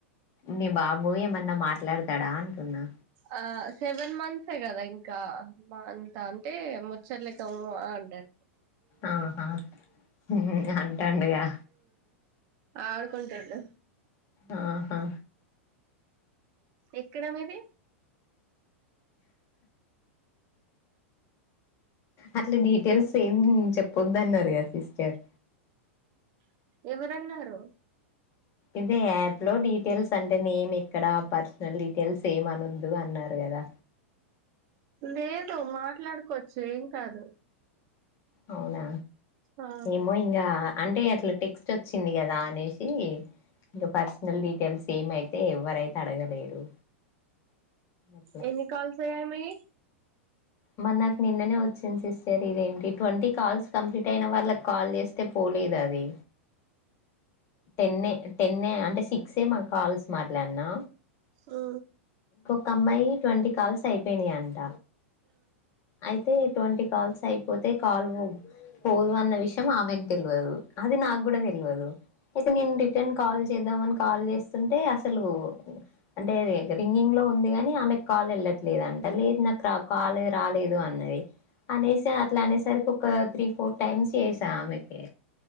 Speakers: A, on the left (about 40°); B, on the right (about 45°).
A: మీ బాబు ఏమన్నా మాట్లాడతాడా అంటున్నా
B: ఆ సెవెన్ మంత్సే కదా ఇంకా అంత అంటే ముచ్చట్లేక ఉ అ అంటాడు
A: ఆహా మ్మ్ అంటండుగా
B: ఆడుకొంటుండూ
A: ఆహా
B: ఎక్కడ మీది
A: అట్లా డీటెయిల్స్ ఏం చెప్పొద్దన్నారు కదా సిస్టర్
B: ఎవరన్నారు
A: ఇదే యాప్ లో డీటెయిల్స్ అంటే నేమ్ ఎక్కడ పర్సనల్ డీటెయిల్స్ ఏం అనొద్దు అన్నారు గదా
B: లేదు మాట్లాడుకోచ్చు ఏం కాదు
A: అవునా
B: ఆ
A: ఏమో ఇంగ అంటే అట్ల టిక్స్ వచ్చింది కదా అనేసి ఇంకా పర్సనల్ డీటెయిల్స్ సేమ అయితే ఎవ్వరైతే అడగలేరు అట్లా
B: ఎన్ని కాల్స్ అయ్యాయి మీయి
A: మరి నాకు నిన్ననే వచ్చింది సిస్టర్ ఇదేంటి ట్వంటీ కాల్స్ కంప్లీట్ అయిన వాళ్ళకి కాల్ చేస్తే పోలేదు అది తెన్నె తెన్నె అంటే సిక్ సే మా కాల్స్ మార్ పలనా
B: ఆ
A: ఒక అమ్మాయి ట్వంటీ కాల్స్ అయిపోయినాయి అంట అయితే ట్వంటీ కాల్స్ అయిపోతే కాల్ పోదు అన్న విషయం ఆమెకు తెలియదు అది నా కూడా తెల్వదు అయితే నేను రిటర్న్ కల్ చేద్దాం అని కాల్ చేస్తుంటే అసలు అంటే రింగింగ్ లో ఉంది కాని ఆమెకు కాల్ వెళ్ళట్లేదు అంట లేదు నాకు కాల్ రాలేదు అన్నది అనేస అట్లా అనేసరికి ఒక త్రీ ఫోర్ టైమ్స్ చేసా ఆమెకే